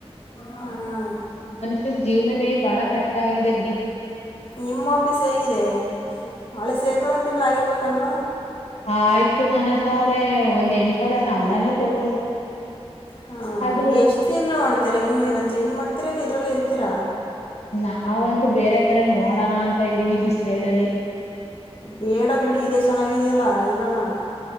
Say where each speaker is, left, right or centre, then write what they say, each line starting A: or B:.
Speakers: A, on the left; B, on the left.
A: ಹಾಂ
B: ಶನ್ ಜೀವನನೇ ಬಹಳ ಕಷ್ಟ ಆಗಿದೆ ಬಿಡಿ.
A: ನಿಮ್ಮ ಆಫೀಸ್ ಹೇಗಿದೆ ಅಳೆ ಸೇರ್ಕೊಂಡ್ ಒಂದ್ ತಿಂಗಳು ಆಗಿರ್ಬೇಕಲ್ವಾ?
B: ಹ ಆಯ್ತು ಮನಸ ಅವ್ರೆ ಒಂದ್ ಎಂಟ ಸಾವಿರ ಸಂಬಳನೂ ಕೊಟ್ರು.
A: ಹಾ
B: ಅದು
A: ಎಷ್ಟ್ ದಿನ ಮಾಡ್ತೀರಾ ಇನ್ನು ಇಲ್ಲ ಚೇಂಜ್ ಮಾಡ್ತೀರಾ ಇಲ್ಲ ಇದ್ರಲ್ಲೇ ಇರ್ತೀರ.
B: ನಾವಂತೂ ಬೇರೆ ಕಡೆ ನೋಡೋಣ ಅಂತ ಇದ್ದೀವಿ ಡಿಸೈಡ್ ಅಲ್ಲಿ
A: ಬೇಡ ಬಿಡಿ ಇದೇ ಚೆನ್ನಾಗಿದ್ಯಲ್ಲ ಇರನ.